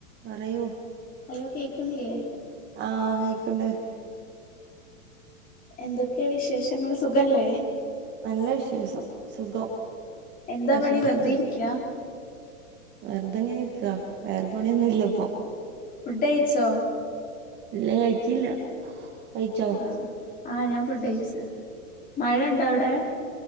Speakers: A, on the right (about 25°); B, on the left (about 20°).
A: പറ യൂ
B: ഹലോ കേക്കുന്നില്ലേ
A: ആഹ് കേക്കണ്ട്
B: എന്തൊക്കെയ വിശേഷങ്ങള് സുഖല്ലേ
A: നല്ല വിശേസം സുഖം
B: എന്താ
A: ഭക്ഷണം
B: പണി വെറുതെ
A: കഴിച്ചോ
B: ഇരിക്ക
A: വെറുതെങ്ങനെര്ക്കാ വേറെ പണിയൊന്നുംല്ലപ്പൊ
B: ഫുഡ്ഡയിച്ചോ
A: ഇല്ല കഴിച്ചില്ല കയ്ച്ചോ
B: ആഹ് ആഹ് ഞാൻ ഫുഡയ്ച്ച് മഴണ്ടോ അവിടെ